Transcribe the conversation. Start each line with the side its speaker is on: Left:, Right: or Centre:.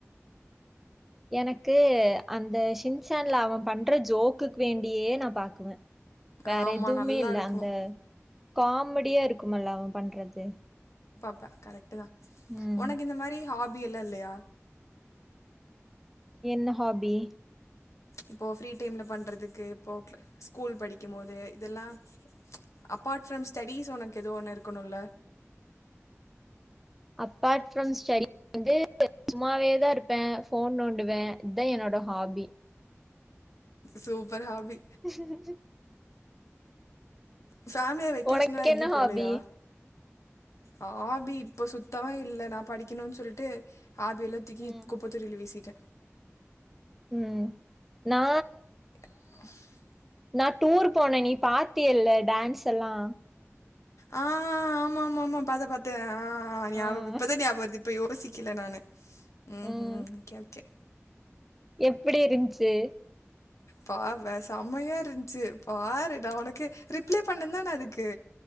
Centre: எனக்கு அந்த ஷின்சேன்ல அவன் பண்ற ஜோக்குக்கு வேண்டியே நான் பாக்குவேன் வேற
Left: ஆமா
Centre: எதுவுமே
Left: நல்லா
Centre: இல்ல
Left: இருக்கும்
Centre: அந்த காமெடியா இருக்குமல்ல அவங்க பண்றது
Left: ப்போ கரெ்ட தான் <inaudible>
Centre: ம்
Left: உனக்கு இந்த மாரி ஹாபி ம் பில்லலைய
Centre: என்ன ஹாபி
Left: இப்போ ப்ரீ டைம்ல பண்றதுக்கு இப்போ ஸ்கூல் படிக்கும் போது இதெல்லாம் அப்பார்ட் ஃப்ரம் ஸ்டேடிஸ் உனக்கு எத ஒண்ணு இருக்கணும்ல்ல
Centre: அப்பார்ட் ஃப்ரம் ஸ்டேடி வந்து சும்மாவேதான் இருப்பேன் போன் நோண்டுவேன் இதுதான் என்னோட ஹாபி
Left: சூப்பர் ஹாபி
Centre: <unintelligible>
Left: ஃபேமிலியா வெக்கேஷன்
Centre: உனக்கு
Left: எல்லாம் எங்கயும்
Centre: என்ன
Left: போலையா
Centre: ஹாபி
Left: ஹாபி இப்ப சுத்தமா இல்ல நான் படிக்கணும்ன்னு சொல்லிட்டு ஆபி எல்ல தூக்கி
Centre: ம்
Left: குப்பதோட்டில்ல வசிட்டேன்
Centre: உம் நா
Left: <unintelligible>
Centre: நட் டூர் போன நீ பார்த்தி இல் டான்ஸ் எல்லா
Left: ஆஹ் ஆமா ஆமா ஆமா பாத்த பாத்த ஆஹ்ஹஞாபம்
Centre: ம்
Left: இப்பத ஞாபகம் வருது இப்ப வசிக்கல நானு உம்
Centre: ம்
Left: உஹம் ஓகே ஓகே
Centre: எப்படி ருந்துச்சு
Left: பார் பேஸ் சமையா இருந்துச்சு பாரு நன உனக்கு ரிப்லே பண்ணே தான அதுக்கு